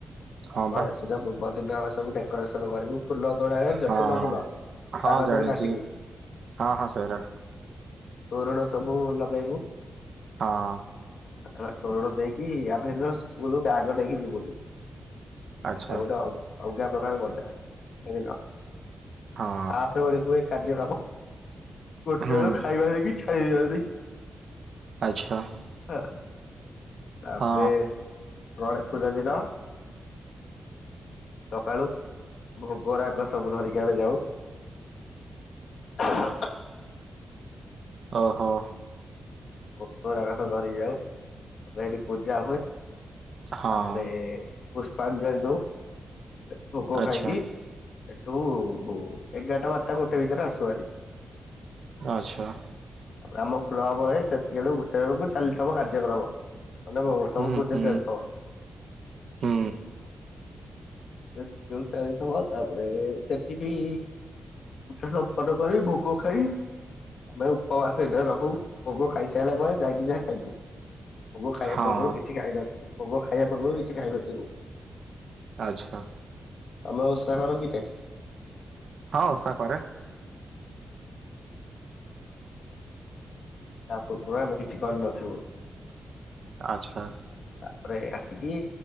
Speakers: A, on the right; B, on the left.
A: ହଁ
B: ଗଣେଶ
A: ବା
B: ପୂଜା ପୂବଦିନ ଆମେ ସବୁ ଡକୋରେସନ୍ କରିବୁ ଫୁଲ ଚୋଡ଼ା ଜାଣିଚ
A: ହଁ।
B: ଫୁଲ ଫୁଲ
A: ହଁ
B: କାଗଜରେ
A: ଜାଣିଛି
B: କାଟିକି
A: ହଁ ହଁ ସେଇରା
B: ତୋରଣ ସବୁ ଲଗେଇବୁ
A: ହଁ।
B: ହେଲା ତୋରଣ ଦେଇକି ଆମେ ସେଦିନ ସ୍କୁଲ୍ ବ୍ୟାଗ୍ ନେଇକି ଯିବୁନି ଏଟା
A: ଆଚ୍ଛା
B: ଗୋଟେ ଅ ଅଲଗା ପ୍ରକାର ମଜା ଜାଣିଲ।
A: ହଁ
B: ହାପରେ ଗଳି ହୁଏ କାର୍ଯ୍ୟ କାମ ଗୋଟେ
A: ହୁଁ।
B: ବେଳୁ ଖାଇବା ଦେଇକି ଛାଡ଼ି ଦିଇନ୍ତି।
A: ଆଚ୍ଛା।
B: ହେଲାତାପରେ
A: ହଁ
B: ଗଣେଶ ପୂଜା ଦିନ ସକାଳୁ ଭୋଗ ରାଗ ସବୁ ଧରିକି ଆମେ ଯାଉ। ହ ହ
A: ଓହୋ।
B: ଭୋଗ ରାଗ ସବୁ ଧରି ଯାଉ ତାପରେ ସେଠି ପୂଜା ହୁଏ। ତାପରେ
A: ହଁ
B: ପୁଷ୍ପାଞ୍ଜଳି ଦୋଉ ହେଠୁ ଭୋକ
A: ଆଚ୍ଛା
B: ଖାଇକି ଏଠୁ ଏଗାରଟା ବାରଟା ଗୋଟେ ଭିତରେ ଆସୁ ଭାରି।
A: ଆଚ୍ଛା।
B: ତାପରେ ଆମ କ୍ଲବ ରେ ସେତିବେଳୁ ଗୋଟେ ବେଳକୁ ଚାଲିଥିବ କାର୍ଯ୍ୟକ୍ରମ। ମାନେ ଭୋଗ ସବୁ
A: ହୁଁ
B: ପୂଜା
A: ହୁଁ
B: ଚାଲିଥିବ।
A: ହୁଁ
B: ସେତିକି ବେଳୁ ଚାଲିଥିବ ତାପରେ ସେଠି ବି ପୂଜା ସମ୍ପନ୍ନ କରି ଭୋଗ ଖାଇ ଆମେ ଉପବାସ ଏନେ ରହୁ। ଭୋଗ ଖାଇସାରିଲା ପରେ ଯାଇକି ଯାହା ଖାଇବୁ। ଭୋଗ ଖାଇବା
A: ହଁ
B: ପୂର୍ବରୁ କିଛି ଖାଇନଥିବୁ। ଭୋଗ ଖାଇବା ପୂର୍ବରୁ କିଛି ଖାଇନଥିବୁ।
A: ଆଚ୍ଛା।
B: ତମେ ଓଷାକର କି ନାଇଁ?
A: ହଁଓଷା କରେ।
B: ତା ପୂର୍ବରୁ ଆମେ କିଛି କରିନଥିବୁ।
A: ଆଚ୍ଛା।
B: ତାପରେ ଆସିକି